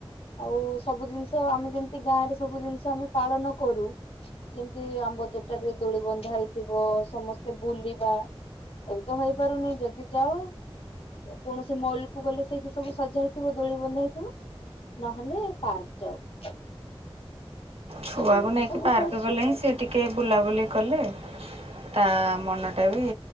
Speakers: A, on the left; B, on the right.
A: ଆଉ ସବୁ ଜିନିଷ ଆମେ ଯେମ ତି ଗାଁ ରେ ସବୁ ଜିନିଷ ଆମେ ପାଳନ କରୁ। ଯେମିତି ଆମ୍ବ ତୋଟାରେ ଦୋଳି ବନ୍ଧା ହେଇଥିବ ସମସ୍ତେ ବୁଲିବା ଏଠି ତ ହେଇପାରୁନି ଯଦି ଯାଅ କୌଣସି ମଲ୍ କୁ ଗଲେ ସେଇଠି ସବୁ ସଜା ହେଇଥିବ ଦୋଳି ବନ୍ଧା ହେଇଥିବ। ନହେଲେ ପାର୍କ ଯାଉ।
B: ଛୁଆକୁ
A: ବୁଲିବା ଜିନିଷ
B: ନେଇକି
A: ବହୁତ
B: ପାର୍କ
A: ଅଛି
B: ଗଲେ ହିଁ ସେ ଟିକେ ବୁଲାବୁଲି କଲେ ତା ମନଟା ବି